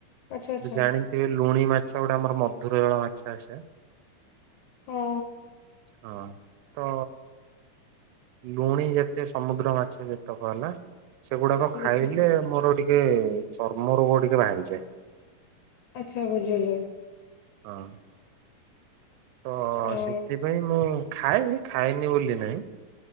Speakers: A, on the left (about 75°); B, on the right (about 80°).
A: ଆଚ୍ଛା ଆଚ୍ଛା
B: ଜାଣିଥିବେ ଲୁଣି ମାଛ ଗୋଟେ ଆମର ମଧୁର ଜଳ ମାଛ ଆସେ।
A: ହଁ।
B: ହଁ ତ ଲୁଣି ଯେତେ ସମୁଦ୍ର ମାଛ ଯେତକ ନା ସେଗୁଡାକ ଖାଇଲେ
A: ବୁଝିଲି
B: ମୋର ଟିକେ ଚର୍ମ ରୋଗ ଟିକେ ବାହାରିଯାଏ।
A: ଆଚ୍ଛା ବୁଝିଲେ।
B: ହଁ। ତ
A: ହଁ
B: ସେଥିପାଇଁ ମୁଁ ଖାଏ ଖାଇନି ବୋଲି ନାହିଁ।